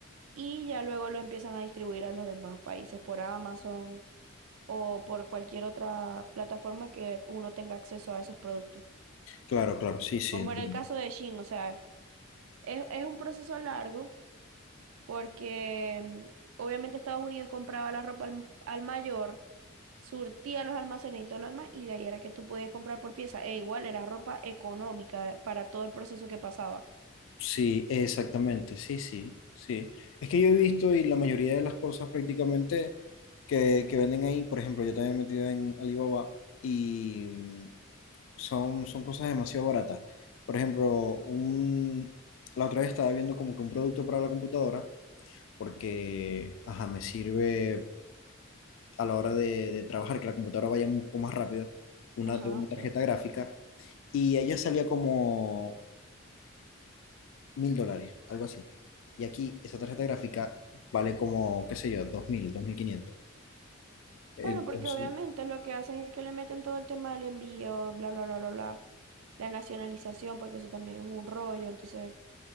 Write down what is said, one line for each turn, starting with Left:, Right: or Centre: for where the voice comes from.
Right: y ya luego lo empiezan a distribuir a los demás países por Amazon o por cualquier otra plataforma que uno tenga acceso a esos productos.
Left: Claro, claro, sí, sí,
Right: Como
Left: entiendo.
Right: era el caso de Shein, o sea, es, es un proceso largo porque mm, obviamente Estados Unidos compraba la ropa al al mayor surtía los almacenes y todo lo demás, y de ahí era que tú podías comprar por pieza. E igual era ropa económica para todo el proceso que pasaba.
Left: Sí, exactamente, sí, sí, sí. Es que yo he visto y la mayoría de las cosas prácticamente que, que venden ahí, por ejemplo, yo también he metido en Alibaba y mm, son, son cosas demasiado baratas. Por ejemplo, un, la otra vez estaba viendo como que un producto para la computadora, porque, ajá, me sirve a la hora de, de trabajar, que la computadora vaya un poco más rápido, una
Right: Ajá,
Left: de una
Right: ok.
Left: tarjeta gráfica, y ella salía como mil dólares, algo así. Y aquí esa tarjeta gráfica vale como, qué sé yo, dos mil, dos mil quinientos. Entonces,
Right: Bueno, porque obviamente lo que hacen es que le meten todo el tema del envío, bla, bla, bla, bla, bla, la nacionalización, porque eso también es un rollo, entonces